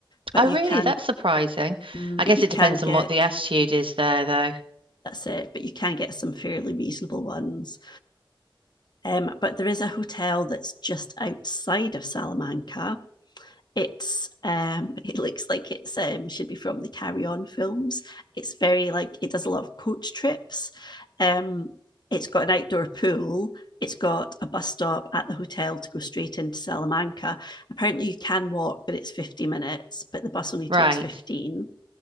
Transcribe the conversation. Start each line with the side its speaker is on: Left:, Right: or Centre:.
Left: but
Right: oh
Left: you
Right: really,
Left: can
Right: that's surprising.
Left: mm,
Right: I
Left: but
Right: guess
Left: you
Right: it
Left: can
Right: depends
Left: get
Right: on what the attitude is there, though.
Left: that's it, but you can get some fairly reasonable ones. Um, but there is a hotel that's just outside of Salamanca it's um it looks like it's um should be from the carry on films it's very like it does a lot of coach trips um it's got an outdoor pool it's got a bus stop at the hotel to go straight into salamanca apparently you can walk but it's 50 minutes but the bus only takes
Right: Right,
Left: 15